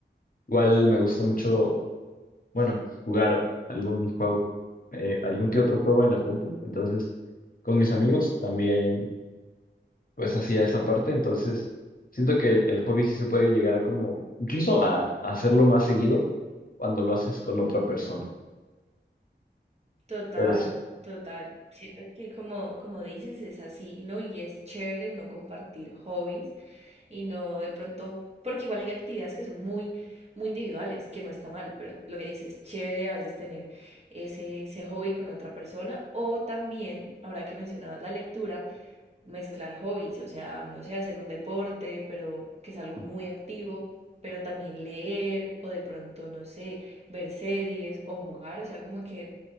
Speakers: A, on the left; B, on the right.
A: Igual me gusta mucho. bueno, jugar algún juego, eh, algún que otro juego en la compu. Entonces, con mis amigos también, pues hacía esa parte. Entonces, siento que el, el hobby sí se puede llegar a como, incluso a, a hacerlo más seguido cuando lo haces con otra
B: Ujú.
A: persona.
B: Total,
A: Pero sí.
B: total. Siento que como, como dices, es así, ¿no? Y es chévere uno compartir hobbies y no de pronto, porque igual hay actividades que son muy, muy individuales, que no está mal, pero lo que dices, chévere a veces tener ese, ese hobby con otra persona o también, ahora que mencionabas la lectura, mezclar hobbies, o sea, no sé, hacer un deporte, pero que es algo muy activo. pero también leer o de pronto, no sé, ver series o jugar, o sea, como que